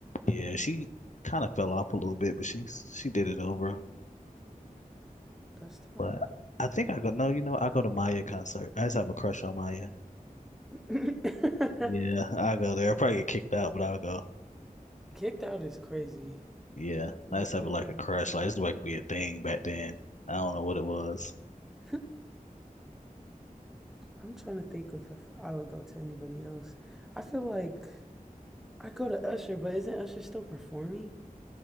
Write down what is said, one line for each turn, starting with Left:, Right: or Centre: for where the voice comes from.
Left: Yeah, she kind of fell off a little bit, but she she did it over.
Centre: That's tight.
Left: But I think I go. No, you know, I go to Maya concert. I just have a crush on Maya.
Centre: <laughs>
Left: Yeah, I go there. I probably get kicked out, but I'll go.
Centre: Kicked Out is crazy.
Left: Yeah,
Centre: Dude,
Left: I just have like
Centre: like,
Left: a crush. Like it's like be a thing back then. I don't know what it was.
Centre: <laughs> I'm trying to think of if I would go to anybody else. I feel like I would go to Usher, but isn't Usher still performing?